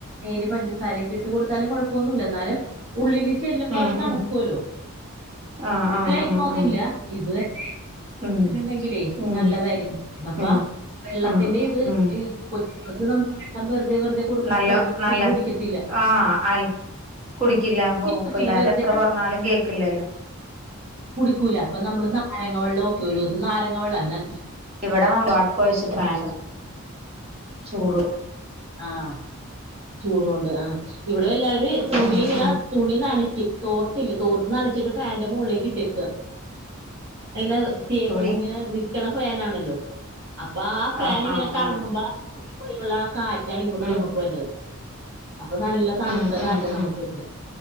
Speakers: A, on the right; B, on the right.
A: ഏര് പഞ്ചസാരയൊക്കെ ഇട്ട് കൊടുത്താലും കൊഴപ്പൊന്നൂല്ലാ എന്നാലും. ഉള്ളില് ചെല്ലുമ്പോ
B: ഉം
A: അത് തണുക്കോല്ലോ.
B: ഉം ആഹ് ആഹ്
A: കഴി കഴിക്കണോന്നില്ല.
B: ആഹ് ആഹ്
A: ഇത് തന്നെ
B: ഉം
A: മധുരണ്ടെങ്കിലേ
B: ഉം
A: നല്ലതായിരിക്കും. പിന്നെപ്പാ
B: ഉം
A: വെള്ളത്തിന്റെ
B: ഉം
A: ഇത്
B: ഉം
A: ഈ കൊച്ചുങ്ങൾക്ക് നമ്മൾ വെള്ളം വെറുതെ വെറുതെ കൊടുക്കുമ്പോ
B: നല്ല
A: വെള്ളം കൊച്ചിങ്ങ
B: നല്ല
A: കുടിക്കത്തില്ല.
B: ആഹ് അല്ല കുടിക്കില്ല പൊ
A: കൊച്ചുങ്ങ
B: പിള്ളേരെത്ര
A: വെറുതെ വെള്ളം
B: പറഞ്ഞാലും കേക്കില്ലല്ലോ.
A: കുടിക്കൂല പ്പൊ നമ്മള് നാരങ്ങ വെള്ളം ക്കെ ഒരു ദിവസം നാരങ്ങ വെള്ളം എന്ന
B: ഇവിടെ വമ്പാട്ടകൊഴച്ചിട്ട് വേണം ചൂട്.
A: ആഹ് ചൂടോണ്ട് ആഹ് ഇവിടെ എല്ലാരുടവേ തുണി
B: ഉം
A: ഇങ്ങനെ.
B: ഉം
A: തുണി നനയ്ക്കും തോർത്തില്ല തോർത്ത് നനച്ചിട്ട് ഫാന്റെ മോളിലേക്ക് ഇട്ടേക്കാ. ഇങ്ങനെ സ്റ്റേബിൾ
B: തുണി
A: ഇങ്ങനെ നിക്കണ ഫേനാണല്ലോ അപ്പൊ ആ ഫാനിങ്ങനെ
B: ആഹ് ആഹ്
A: കറങ്ങുമ്പാ.
B: ആഹ്
A: ക്കുള്ളിലുള്ള കാറ്റാണ് ഇങ്ങോട്ട്
B: ഉം
A: നമുക്ക് വരണത് അപ്പൊ നല്ല. തണുത്ത
B: ഉം
A: കാറ്റാ
B: ഉം ഉം
A: നമുക്ക് കിട്ടണെ